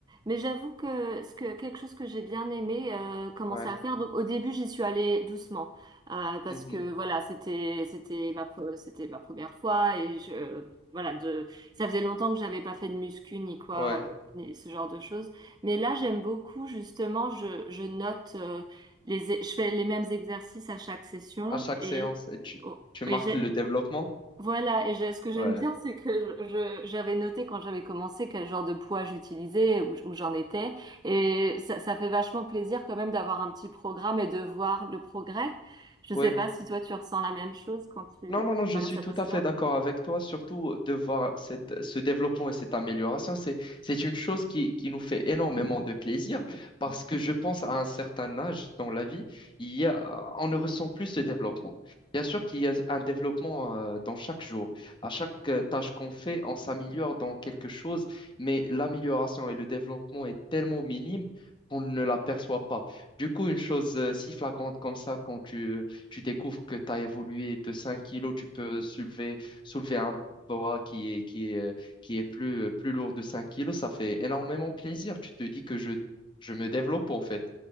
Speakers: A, on the right; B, on the left.
A: mais j'avoue que ce que quelque chose que j'ai bien aimé euh, commencer
B: Ouais.
A: à faire. Donc au début j'y suis allée doucement euh, parce
B: Mhm.
A: que voilà c'était c'était ma pre- c'était ma première fois et je voilà de ça faisait longtemps que j'avais pas fait de muscu ni quoi
B: Ouais.
A: euh, ni ce genre de choses. Mais là j'aime beaucoup justement je je note euh, les e- je fais les mêmes exercices à chaque session
B: À chaque
A: et
B: séance, et tu,
A: oh,
B: tu marques
A: et j'ai
B: le développement.
A: voilà, et je- ce que j'aime
B: Ouais.
A: bien, c'est que je, je- j'avais noté quand j'avais commencé quel genre de poids j'utilisais, où, où j'en étais, et ça, ça fait vachement plaisir quand même d'avoir un petit programme et de voir le progrès. Je sais
B: Ouais.
A: pas si toi tu ressens la même chose quand tu,
B: Non, non,
A: quand tu
B: non, je
A: vas à
B: suis
A: la salle
B: tout
A: de sport.
B: à fait d'accord avec toi, surtout de voir cette, ce développement et cette amélioration. C'est, c'est une chose qui, qui nous fait énormément de plaisir parce que je pense à un certain âge dans la vie, il y a, on ne ressent plus ce développement. Bien sûr qu'il y a un développement euh, dans chaque jour. À chaque euh, tâche qu'on fait, on s'améliore dans quelque chose, mais l'amélioration et le développement est tellement minime qu'on ne l'aperçoit pas. Du coup, une chose euh, si flagrante comme ça, quand tu tu découvres que tu as évolué de 5 kilos, tu peux soulever, soulever un poids qui est, qui est, euh, qui est plus, euh, plus lourd de 5 kilos, ça fait énormément plaisir. Tu te dis que je, je me développe en fait.